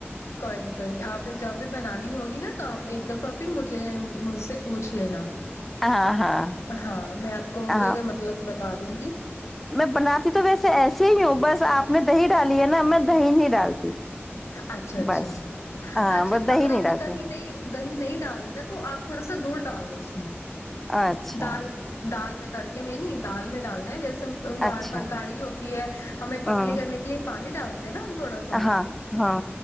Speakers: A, on the left (about 85°); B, in the centre.
A: کوئی نہیں کوئی نہیں آپ نے جب بھی بنانی ہوگی نا تو آپ ایک دفہ پھر مجھے مجھ سے پوچھ لینا
B: ہاں ہاں
A: ہاں میں آپ کو
B: ہاں
A: پھر مطلب بتا دوں گی
B: میں بناتی تو ویسے ایسیے ہی ہوں بس آپ نے دہی ڈالی نا میں دہی نہیں ڈالتی
A: اچھا اچھا
B: بس
A: اچھا
B: ہاں
A: اچھا
B: بس دہی
A: اگر
B: نہیں
A: آپ
B: ڈالتے
A: نے دہی نہیں دہی نہیں ڈالنی نا تو آپ تھوڑا سا دودھ ڈال دو اس میں
B: اچھا
A: دال میں دال میں تڑکے میں نہیں دال میں ڈالنا ہے جیسے گ
B: اچھا
A: گاڑی ہوتی ہے ہمیں
B: ہوں
A: پتلی کرنے کے لیے پانی ہ <inaudible> ہنا ہم تھوڑا سا
B: ہاں ہاں